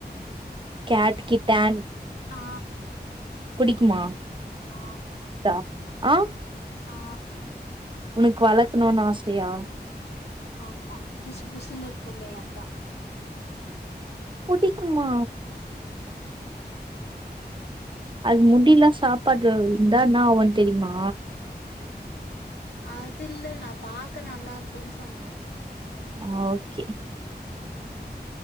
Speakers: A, on the right; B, on the left.
A: கேட் கிட்டான்
B: ஆ
A: புடிக்குமா
B: ஆ
A: டா ஆ
B: ஆ
A: உனக்கு வளக்கணுனு ஆசையா
B: ஆமா புஸ் புஸ்னு இருக்குமே அதா
A: புடிக்குமா அது முடில்லா சாப்பாட்ல விழுந்தா என்னாவு தெரிமா
B: அது இல்ல நா பாக்க நல்லா இருக்கும்னு சொன்னே
A: ஆ ஓகே